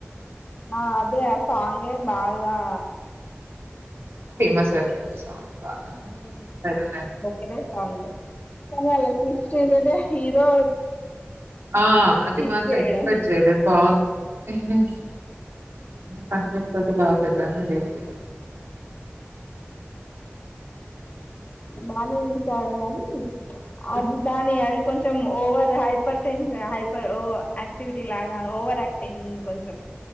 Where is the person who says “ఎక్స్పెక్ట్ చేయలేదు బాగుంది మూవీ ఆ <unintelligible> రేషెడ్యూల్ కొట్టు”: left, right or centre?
Right